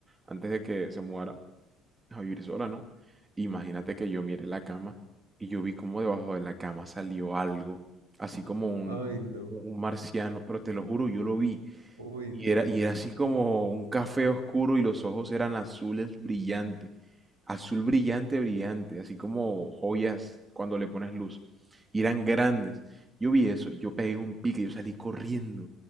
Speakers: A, on the right; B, on the right.
A: antes de que se mudara. a vivir sola, ¿no? Imagínate que yo mire la cama y yo vi como debajo de la cama salió algo, así como un,
B: Ay, no,
A: un marciano, pero te lo juro, yo lo vi.
B: uy,
A: Y
B: no,
A: era, y era así como un café oscuro y los ojos eran azules brillantes. Azul brillante, brillante, así como joyas cuando le pones luz. Y eran grandes. Yo vi eso, yo pegué un pique, yo salí corriendo.